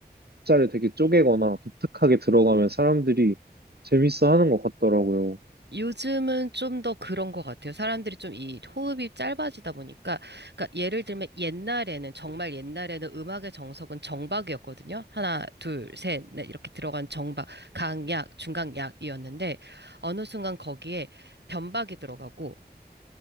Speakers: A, on the right (about 65°); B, on the right (about 80°).
A: 박자를 되게 쪼개거나 독특하게 들어가면 사람들이 재밌어 하는 것 같더라고요.
B: 요즘은 좀 더 그런 것 같아요. 사람들이 좀 이 호흡이 짧아지다 보니까, 그러니까 예를 들면 옛날에는, 정말 옛날에는 음악의 정석은 정박이었거든요. 하나, 둘, 셋, 넷 이렇게 들어간 정박, 강약, 중강약이었는데, 어느 순간 거기에 변박이 들어가고,